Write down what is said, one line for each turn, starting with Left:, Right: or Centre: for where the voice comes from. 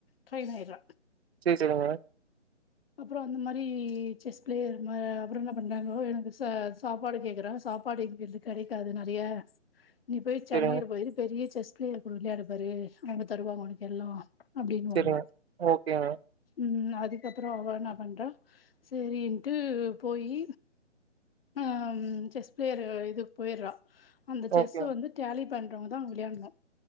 Left: ட்ரெயின் ஆய்ட்றா
Right: சேரி சரிங்க
Left: றோ அந்த மாதிரி செஸ் பிளேயர் அப்றோ என்ன பண்றாங்கோ எனக்கு சாப்பாடு கேக்குறாங்கா படிக்கற்து கிடைக்காது நெறைய நீ போய் சென்னையில
Right: சேரிங்க
Left: பொயிரு பெரிய செஸ் ப்ளேயர் கூட விளையாடிப்பாரு அவுங்க தருவாங்க உனக்கு எல்லா அப்டின்னுவாங்க
Right: சேரிங்க ஓகேங்க
Left: ம் அதுக்கப் த்றோ அவ என்ன பண்றா சரின்ட்டு போயி ஆம் செஸ் பிளேயர் இதுக்கு போய்றா அந்த செஸ்ஸு
Right: ஓகேங்க
Left: வந்து டேலி பண்ணறவங்கதா வெளையாடுனு